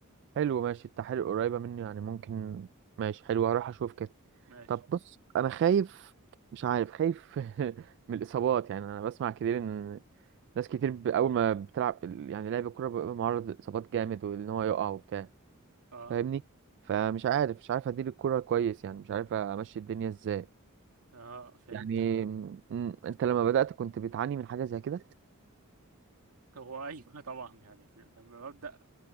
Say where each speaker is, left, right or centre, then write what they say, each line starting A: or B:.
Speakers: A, on the right; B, on the right.
A: حلو ماشي التحاليل قريبة مني يعني ممكن ماشي حلو هروح اشوف كده
B: ماشي
A: طب بص انا خايف مش عارف خايف <laughs> من الاصابات يعني انا بسمع كتير ان ناس كتير ب- اول ما بتلعب يعني لعب الكرة بيبقى معرض للاصابات جامد وان هو يقع وبتاع
B: اه
A: فاهمني فمش عارف مش عارف ادير الكرة كويس يعني مش عارف امشي الدنيا ازاي
B: اه فهمتك
A: يعني م- م- انت لما بدأت كنت بتعاني من حاجة زي كده
B: هو ايوه <laughs> طبعا يعني في... لما ببدا